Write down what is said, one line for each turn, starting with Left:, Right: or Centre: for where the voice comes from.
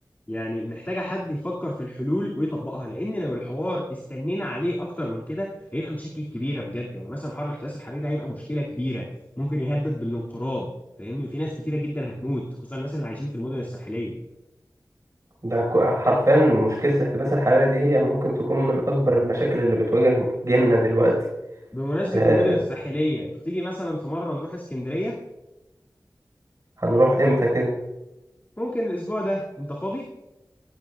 Left: يعني محتاجة حد يفكر في الحلول ويطبقها لان لو الحوار استنينا عليه اكتر من كده هيبقى مشاكل كبيرة بجد يعني مثلا حوار الاحتباس الحراري ده هيبقى مشكلة كبيرة ممكن يهدد بالانقراض فاهمني وفي ناس كتيرة جدا هتموت خصوصا الناس اللي عايشين في المدن الساحلية
Right: ده ك- حرفيا مشكلة الاحتباس الحراري دي هي ممكن تكون من أكبر المشاكل اللي بتواجه جيلنا دلوقتي
Left: بمناسبة
Right: آه
Left: المدن الساحلية تيجي مثلا في مرة نروح اسكندرية
Right: هنروح امتى كده
Left: ممكن الاسبوع ده انت فاضي